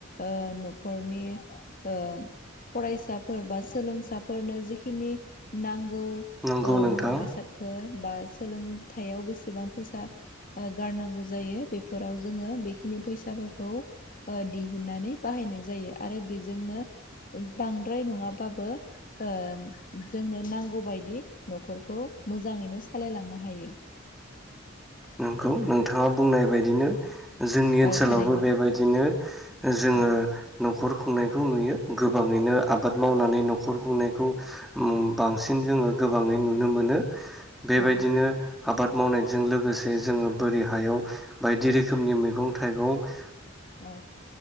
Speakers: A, on the left; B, in the centre.
A: ओ न'खरनि ओ फरायसाफोर बा सोलोंसाफोरनो जिखिनि नांगौ
B: नंगौ नोंथां
A: मुवा बेसादफोर बा सोलोंथायाव बेसेबां फैसा ओ गारनांगौ जायो बेफोराव जोङो बेखिनि फैसाफोरखौ दिहुन गोननानै बाहायनाय जायो आरो बेजोंनो बांद्राय नङाबाबो ओ जोंनो नांगौबायदि न'खरखौ मोजाङैनो सालायलांनो हायो।
B: नंगौ नोंथाङा बुंनाय बायदिनो जोंनि ओनसोलावबो
A: औ थारैनो
B: बेबायदिनो जोङो
A: औ
B: न खर खुंनायखौ नुयो। गोबाङैनो आबाद मावनानै न' न'खर खुंनायखौ ओम बांसिन जोङो गोबाङै नुनो मोनो बेबायदिनो
A: औ
B: आबाद मावनायजों लोगोसे जे जोङो बोरै हायाव बायदि रोखोमनि मैगं थाइगं
A: औ